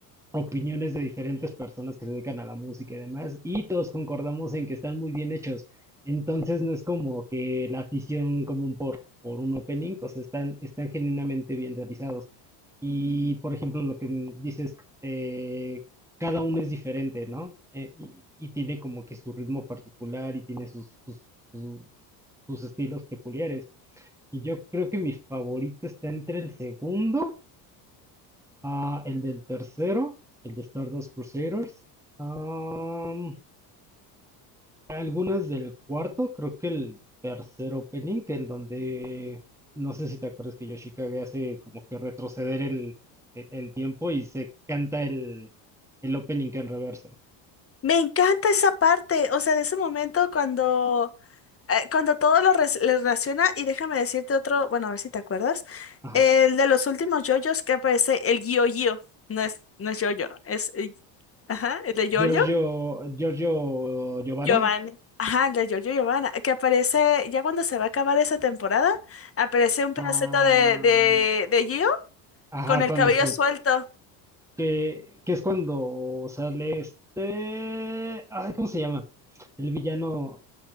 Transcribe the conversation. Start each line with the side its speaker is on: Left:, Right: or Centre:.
Centre: opiniones de diferentes personas que se dedican a la música y demás, y todos concordamos en que están muy bien hechos. Entonces no es como que la afición común por, por un opening, o sea, están, están genuinamente bien realizados. Y por ejemplo, lo que m- dices, eh, cada uno es diferente, ¿no? Eh, y, y tiene como que su ritmo particular y tiene sus, sus, su- sus estilos peculiares. Y yo creo que mi favorito está entre el segundo Ah, el del tercero, el de Stardust Crusaders. Am, algunas del cuarto, creo que el tercer opening, que en donde no sé si te acuerdas que Yoshikage hace como que retroceder el, el, el tiempo y se canta el, el opening en reversa.
Left: Me encanta esa parte, o sea, de ese momento cuando, eh, cuando todo lo res- le relaciona, y déjame decirte otro, bueno, a ver si te acuerdas,
Centre: Ajá.
Left: el de los últimos yoyos que aparece, el Gio Gio, no es, no es yoyo, es, eh, ajá, el de Giorgio.
Centre: Giorgio, Giorgio Giovanna.
Left: Giovanni. Ajá, la Giorgio Giovanna, que aparece, ya cuando se va a acabar esa temporada, aparece un pedacito
Centre: Ah,
Left: de, de, de Gio
Centre: ajá,
Left: con el
Centre: cuando
Left: cabello
Centre: se
Left: suelto.
Centre: Que, que es cuando sale este... Ay, ¿cómo se llama? El villano